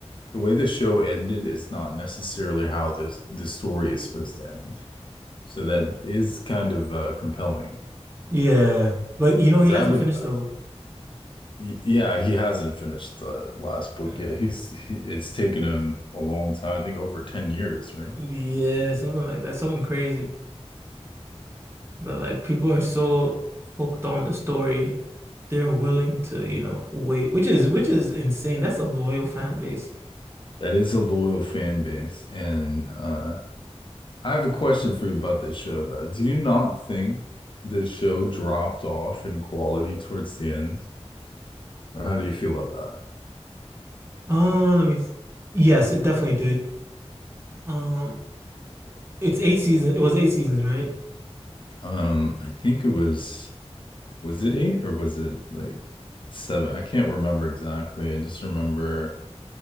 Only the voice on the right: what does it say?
Yeah. But you know,
he
hasn't
finished those.
Mm.
Yeah, something like that. Something crazy. But like people are so hooked on the story, they're willing to, you know, wait, which is which is insane. That's a loyal fan base.
Uh, let me s- Yes, it definitely did. Um, it's eight seasons. It was eight seasons, right?